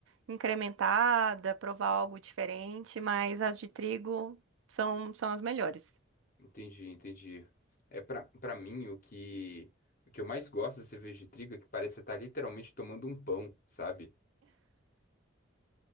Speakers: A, on the right; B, on the left.
A: incrementada, provar algo diferente, mas as de trigo são, são as melhores.
B: Entendi, entendi. É pra, pra mim o que o que eu mais gosto da cerveja de trigo é que parece que você tá literalmente tomando um pão, sabe?